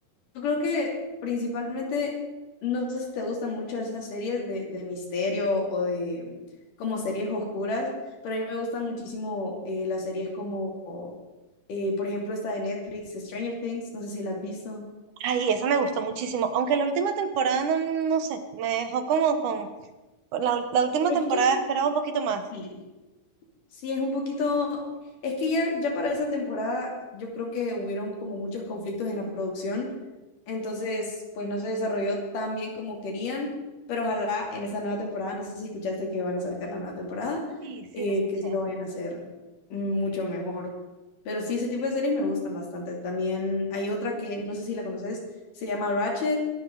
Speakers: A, on the left; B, on the right.
A: Yo creo que principalmente, no sé si te gustan mucho esas series de, de misterio o de como series oscuras, pero a mí me gustan muchísimo eh, las series como, eh, por ejemplo, esta de Netflix, Stranger Things, no sé si la has visto.
B: Ay, esa me gustó muchísimo, aunque la última temporada no, no sé, me dejó como con... La, ul- la última
A: Es
B: temporada
A: que
B: esperaba un poquito más.
A: sí, Sí, es un poquito, es que ya, ya para esa temporada yo creo que hubieron como muchos conflictos en la producción, entonces pues no se desarrolló tan bien como querían, pero ojalá en esa nueva temporada, no sé si escuchaste que van a sacar la nueva temporada,
B: Sí, sí,
A: eh,
B: la escuché.
A: que sí lo vayan a hacer mucho mejor. Pero sí, ese tipo de series me gustan bastante. También hay otra que no sé si la conoces, se llama Ratchet